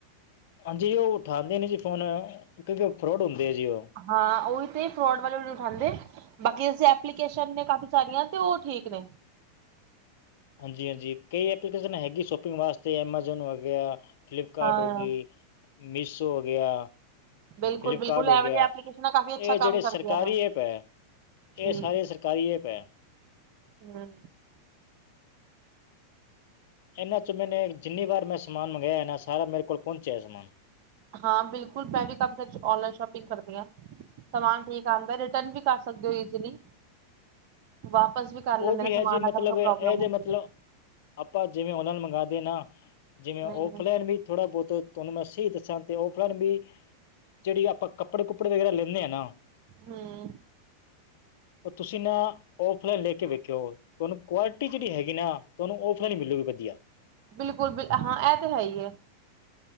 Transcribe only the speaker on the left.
ਹਾਂਜੀ ਉਹ ਉਠਾਉਂਦੇ ਨੇ ਜੀ ਫੋਨ ਕਿਉਂਕਿ ਉਹ ਫਰੋਡ ਹੁੰਦੇ ਆ ਜੀ ਉਹ।
ਹਾਂਜੀ-ਹਾਂਜੀ ਕਈ ਐਪਲੀਕੇਸ਼ਨ ਹੈਗੀ ਸ਼ੋਪਿੰਗ ਵਾਸਤੇ ਐਮਾਜੋਨ ਹੋ ਗਿਆ। ਫਲਿੱਪਕਾਰਡ
ਹੋ ਗਈ ਮੀਸ਼ੋ ਹੋ ਗਿਆ।
ਫਲਿਪਕਾਰਡ
ਹੋ
ਗਿਆ,
ਇਹ
ਜਿਹੜੇ
ਸਰਕਾਰੀ
ਐਪ ਐ। ਇਹ,
ਸਾਰੇ ਸਰਕਾਰੀ ਐਪ ਐ।
ਇਹਨਾਂ 'ਚ ਮੈੰਨੇ ਜਿੰਨੀ ਵਾਰ ਮੈਂ ਸਮਾਨ ਮੰਗਾਇਆ ਐ ਨਾ, ਸਾਰਾ ਮੇਰੇ ਕੋਲ ਪਹੁੰਚਿਆ ਸਮਾਨ।
ਉਹ
ਹੈ ਜੀ ਮਤਲਬ
ਇਹਦੇ
ਮਤਲਬ
ਆਪਾਂ, ਜਿਵੇਂ ਓਨਲਾਈਨ ਮੰਗਾਦੇ ਨਾ, ਜਿਵੇਂ ਔਫਲਾਈਨ
ਵੀ ਥੋੜ੍ਹਾ ਬਹੁਤ ਤੁਹਾਨੂੰ ਮੈਂ ਸਹੀ ਦੱਸਾਂ ਅਤੇ ਫੇਰ ਬੀ ਜਿਹੜੀ ਆਪਾਂ ਕੱਪੜੇ ਕੁੱਪੜੇ ਵਗੈਰਾ ਲੈਂਨੇਂ ਆ ਨਾ
ਉਹ ਤੁਸੀ ਨਾ ਲੈ ਕੇ ਵੇਖਿਯੋ ਤੁਹਾਨੂੰ ਕੁਆਲਿਟੀ ਜਿਹੜੀ ਹੈਗੀ ਨਾ ਤੁਹਾਨੂੰ ਉਹ ਥੋ ਨੀਂ ਮਿਲੂਗੀ ਵਧੀਆ।